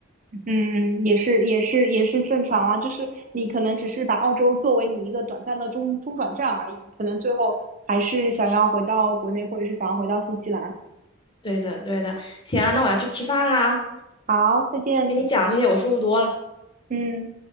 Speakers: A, on the right; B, on the left.
A: 嗯，嗯也是，也是，也是正常啦。就是你可能只是把澳洲作为你一个短暂的中中转站而已，可能最后还是想要回到国内，或者是想要回到新西兰。
B: 对的，对的，行啊，那我要去吃饭啦，
A: 好，再见。
B: 跟你讲这些我舒服多了。
A: 嗯。